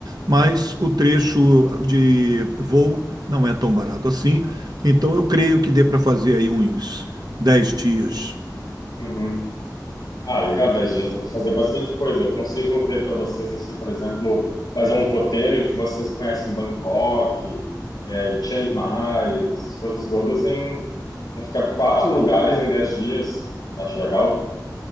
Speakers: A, on the right; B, on the left.
A: mas o trecho de voo não é tão barato assim. Então eu creio que dê para fazer aí uns dez dias
B: Uhum. Ah, legal, 10 dias dá para fazer bastante coisa. Eu consigo ver para vocês, assim, por exemplo, fazer um roteiro em que vocês conhecem Bangkok, eh, Chiang Mai, essas coisas todas, em para ficar quatro lugares em 10 dias. Você acha legal?